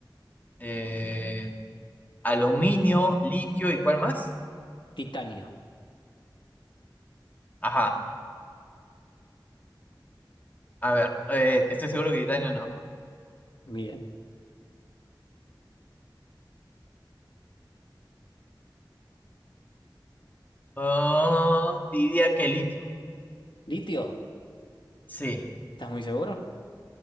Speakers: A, on the left; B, on the left.
A: eh, aluminio, litio y ¿cuál más?
B: Titanio.
A: Ajá, a ver. eh, estoy seguro que titanio no.
B: Bien.
A: Ah, diría que litio.
B: ¿Litio?
A: Sí,
B: ¿Estás muy seguro?